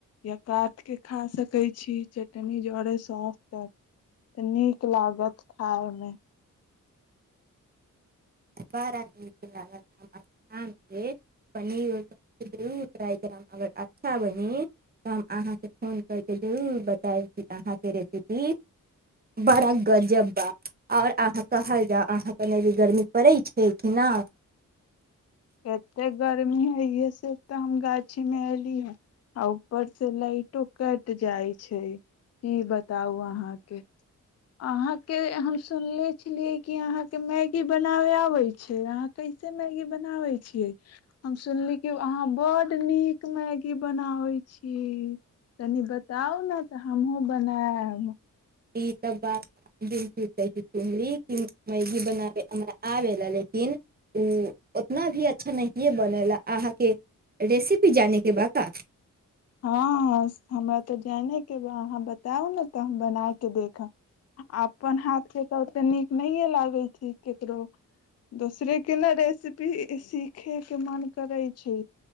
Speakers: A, on the left; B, on the right.
A: या काटि कऽ खा सकैत छी। चटनी जरय सफटत। तऽ नीक लागत खाायमे।
B: बड़ा नीक लाग हम अच्छा पनीरर जरूर ्राइ करब बडा निक हमर हाथ के। पनीर के जरुर टराइ करम। अगर अच्छा बनी तऽ हम अहाँके फोन करि कऽ जरूर बतायब छी? अहाँके रेसिपी बड़ा गजब बा। आओर अहाँ कहल जाउ अहाँके। गर्मी पड़ै छै कि न।
A: एते गर्मी हय। इहे से तऽ हम गाछी मे एली हे। आ ऊपर से लाइटो कटि जाइ छै। ई बताउ अहाँके। अहाँके हम सुनले छलियै। कि अहाँके मैगी बनाबय आबै छै। अहाँ कैसे मैगी बनाबै छियै। हम सुनलिय कि अहाँ बड्ड नीक मैगी बनाबै छी। कनि बताउ ने तऽ हमहूँ बनायब।
B: ई त बाात तै सुमी। मैगी बनाबै हमरा आबेला। लेकिन ओ उतना भी अच्छा नहिए बनेला। अहाँके। रेसिपी जानेके ब का।
A: हँ हमरा तऽ जाने के अहाँ बताउ ने तऽ। हम बना के देखब। अपन हाथ के तऽ। ओते नीक नहिये लागे छैकेकरो। दोसरे के ने रेसिपी सीखे के मन करै छै।